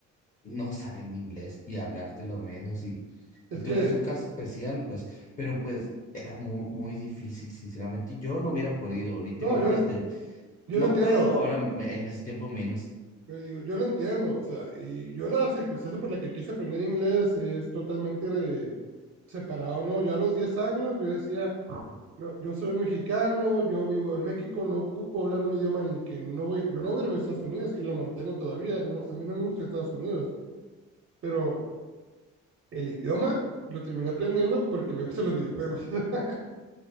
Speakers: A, on the left; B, on the right.
A: no saben inglés y hablarte lo menos y,
B: Es
A: y tú
B: que,
A: eras un caso especial, pues, pero pues era muy, muy difícil, sinceramente, yo no hubiera podido, ahorita
B: no,
A: imagínate,
B: yo, le- yo
A: no
B: lo entiendo.
A: puedo ahora me- en ese tiempo menos. <laughs>
B: Le digo, yo lo entiendo. O sea, y yo la circunstancia por la que quise aprender inglés es totalmente re- separado, ¿no? Yo a los 10 años yo decía, yo, yo soy mexicano, yo vivo en México, no ocupo hablar un idioma en el que no voy, yo no voy a ir a Estados Unidos y lo mantengo todavía. no- a mí no me gusta Estados Unidos, pero el idioma lo terminé aprendiendo porque me gustan los videojuegos. <laughs>